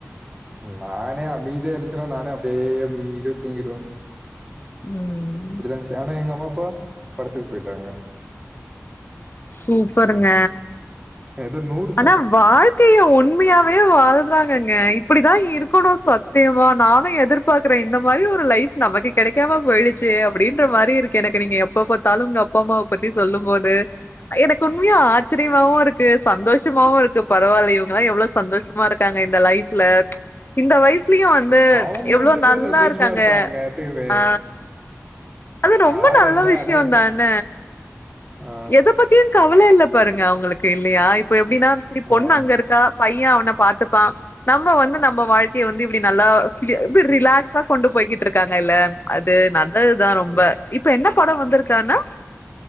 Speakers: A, on the right; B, on the left.
A: நானே அமைதியா இருந்துச்சுனா நானே அப்டியே அமைதியா தூங்கிருவே
B: ம்
A: இப்டிதா இந்ச்சு ஆனா எங்க அம்மா அப்பா படத்துக்கு போய்டாங்க
B: சூப்பருங்க
A: எது நூற்
B: ஆனா வாழ்க்கைய உண்மையாவே வாழ்றாங்கங்க இப்டிதா இருக்கணு சத் த்தியமா நானு எதிர்பாக்குறே இந்த மாரி ஒரு லைஃப் நமக்கு கெடைக்காம போயிடுச்சே அப்டின்ற மாரி இருக்கு எனக்கு நீங்க எப் எப்ப பாத்தாலு உங்க அப்பா அம்மாவ பத்தி சொல்லும் போது எனக்கு உண்மைய ஆச்சரியமாவு இருக்கு சந்தோஷ் மாவு இருக்கு பரவால்ல இவுங்களா எவ்ளோ சந்தோஷமா இருக்காங்க இந்த லைஃப்ல இந்த வயசுலயு வந் ந்து
A: அவங்க
B: எவ்ளோ
A: பேரும்
B: நல்லா
A: சந்தோஷமா
B: இருக்காங்க
A: இருப்பாங்க எப்பயுமே.
B: ஆ அது ரொம்ப
A: யார்
B: நல்ல
A: என்ன
B: விஷ்யோந்
A: ஆனா என்ன?
B: தான
A: ஆ,
B: எத பத்தியு கவல இல்ல பாருங்க அவுங்களுக்கு இல்லையா இப்ப எப்டின்னா சரி பொண்ணு
A: ஆ,
B: அங்க இருக்கா பய்யே அவன பாத்துப்பா நம்ம வந்து நம்ம வாழ்க்கைய வந்து இப்டி நல்லா ஃபி ரிலாக்ஸா கொண்டு போய்கிட்டு இருக்காங்க இல்ல அது நல்லதுதா ரொம்ப இப்ப என்ன படோ வந்திருக்கு ஆனா